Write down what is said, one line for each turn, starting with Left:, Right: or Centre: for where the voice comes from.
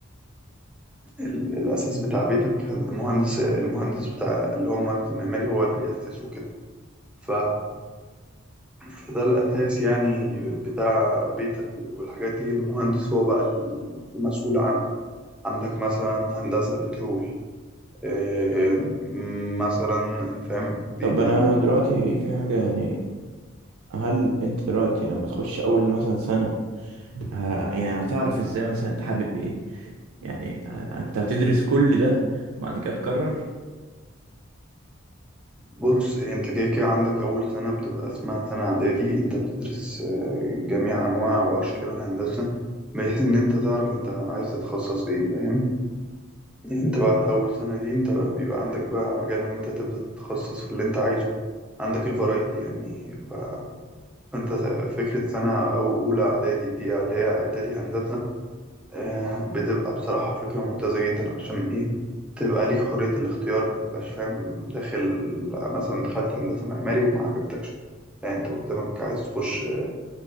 Centre: ال- الأساس بتاع بيتك كان المهندس المهندس بتاع اللي هو المهندس المعماري هو اللي بيأسسه كده ف... فده الأساس يعني بتاع بيتك والحاجات دي المهندس هو بقى المسؤول عنه عندك مثلا هندسة بترول آه، مثلا فاهم بي-
Right: طب انا
Centre: يعني
Right: دلوقتي في حاجة يعني هل انت دلوقتي لما تخش اول مثلا سنة ه- يعني هتعرف ازاي مثلا انت حابب ايه يعني ه- انت هتدرس كل ده بعد كده تقرر
Centre: بص انت كده كده عندك أول سنة بتبقى اسمها سنة إعدادي انت بتدرس آه، جميع أنواع وأشكال الهندسة بحيث إن انت تعرف انت عايز تتخصص ايه فاهم انت بعد اول سنة دي انت بيبقى عندك بقى مجال ان انت تبدأ تتخصص في اللي انت عايزه عندك الفرايتي يعني ف- فانت فكرة سنة او اولى اعدادي دي اللي هي اعدادي هندسة آه، بتبقى بصراحة فكرة ممتازة جدا عشان ايه تبقى ليك حرية الاختيار ما تبقاش فاهم داخل مثلا دخلت هندسة معماري وما عجبتكش لا انت قدامك عايز تخش